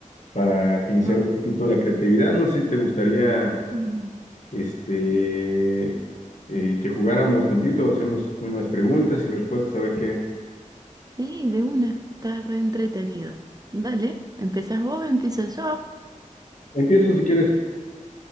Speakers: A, on the left; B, on the right.
A: para agilizar
B: No.
A: un poquito la creatividad. No sé si te gustaría
B: Mm,
A: este, eh, que jugáramos tantito, hacernos unas preguntas y respuestas, a ver qué.
B: Sí, de una, está re entretenido. Dale, ¿empezás vos? ¿Empiezo yo?
A: Empiezo si quieres.